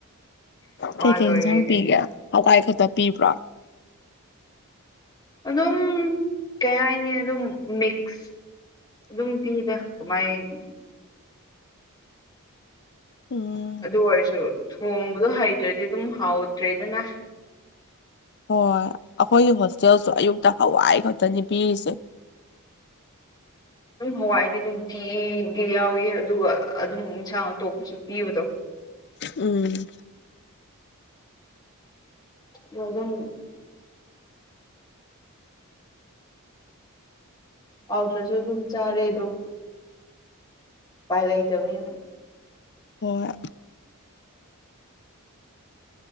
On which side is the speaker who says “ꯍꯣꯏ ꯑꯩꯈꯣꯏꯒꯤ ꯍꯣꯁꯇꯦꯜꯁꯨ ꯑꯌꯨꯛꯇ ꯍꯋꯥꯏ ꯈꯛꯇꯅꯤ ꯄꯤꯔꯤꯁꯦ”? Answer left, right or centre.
Left